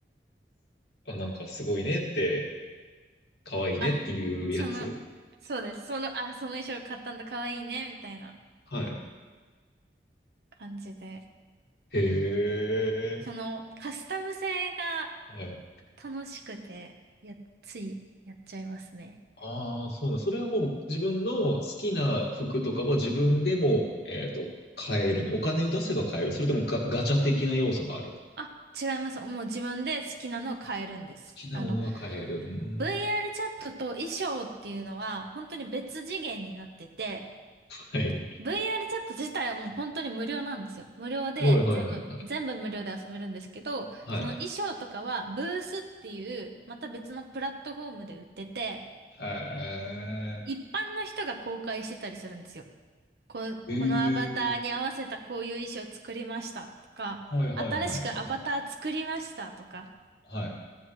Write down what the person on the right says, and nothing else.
あ、その、そうです、その、あ、その衣装買ったんだ、かわいいね、みたいな
感じで。
その、カスタム性が
楽しくて、や、ついやっちゃいますね。
あ、違います。もう自分で好きなのを変えるんです。
あの、
VR チャットと衣装っていうのは、本当に別次元になってて、
VR チャット自体はもう本当に無料なんですよ。無料で全部、
全部無料で遊べるんですけど、
その衣装とかはブースっていう、また別のプラットフォームで売ってて、
一般の人が公開してたりするんですよ。こ、
このアバターに合わせたこういう衣装作りましたとか、
新しくアバター作りましたとか、